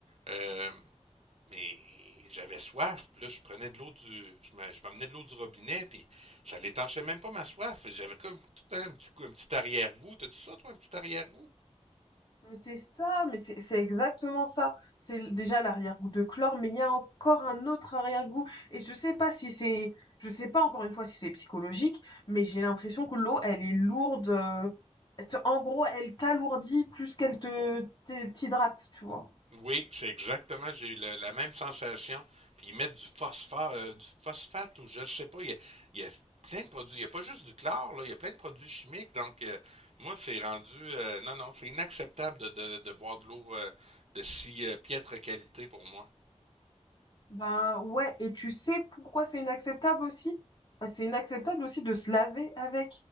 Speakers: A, on the right (about 65°); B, on the left (about 40°).
A: Euh, mais j'avais soif, puis là, je prenais de l'eau du. Je me- je m'amenais de l'eau du robinet, puis ça l'étanchait même pas ma soif. J'avais comme tout le temps un petit, coup- un petit arrière-goût. T'as-tu ça, toi, un petit arrière-goût?
B: Mais c'est ça, mais c'est c'est exactement ça. C'est l- déjà l'arrière-goût de chlore, mais il y a encore un autre arrière-goût. Et je sais pas si c'est, je sais pas encore une fois si c'est psychologique, mais j'ai l'impression que l'eau, elle est lourde. euh, c'est- en gros, elle t'alourdit plus qu'elle te t'hydrate, tu vois.
A: Oui, c'est exactement, j'ai eu le- la même sensation. Puis ils mettent du phosphore, euh, du phosphate ou je ne sais pas. Il y, a, il y a plein de produits. Il n'y a pas juste du chlore, là, il y a plein de produits chimiques. Donc, euh, moi, c'est rendu. euh, non, non, c'est inacceptable de, de- de boire de l'eau euh, de si euh, piètre qualité pour moi.
B: Ben ouais, et tu sais pourquoi c'est inacceptable aussi? Ben, C'est inacceptable aussi de se laver avec.